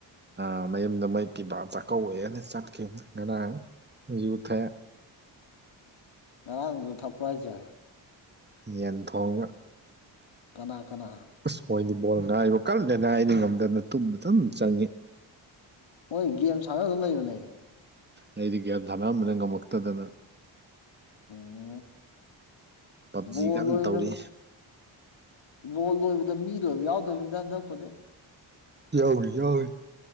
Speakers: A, on the right; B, on the left.
A: ꯑ ꯃꯌꯨꯝꯗ ꯃꯣꯏ ꯄꯤꯕꯥ ꯆꯥꯛꯀꯧꯋꯦꯅ ꯆꯠꯈꯤꯝ ꯉꯔꯥꯡ ꯌꯨꯊꯛꯑꯦ
B: ꯉꯔꯥꯡꯖꯨ ꯊꯛꯄ꯭ꯔꯣ ꯍꯥꯏꯖꯦ
A: ꯌꯦꯟ ꯊꯣꯡꯅ
B: ꯀꯅꯥ ꯀꯅꯥ
A: ꯑꯁ ꯃꯣꯏꯗꯤ ꯕꯣꯜ ꯉꯥꯏꯕ ꯀꯜꯂꯦꯅ ꯑꯩꯗꯤ ꯉꯝꯗꯅ ꯇꯨꯝꯕ ꯑꯗꯨꯝ ꯆꯪꯉꯤ
B: ꯃꯣꯏ ꯒꯦꯝ ꯁꯥꯟꯅ ꯑꯗꯨꯝ ꯂꯩꯕꯅꯦ
A: ꯑꯩꯗꯤ ꯒ꯭ꯌꯥꯟ ꯊꯥꯅꯝꯕꯅ ꯉꯝꯃꯛꯇꯗꯅ
B: ꯎꯝ
A: ꯄꯞꯖꯤꯒ
B: ꯕꯣꯜ ꯂꯣꯏꯕꯗ
A: ꯇꯧꯔꯤ
B: ꯕꯣꯜ ꯂꯣꯏꯕꯗ ꯃꯤ ꯂꯣꯏꯕ ꯌꯥꯎꯗꯕꯅꯤꯗ ꯍꯟꯗꯛ ꯈꯨꯣꯗꯤꯦꯛ
A: ꯌꯥꯎꯅꯤ ꯌꯥꯎꯏ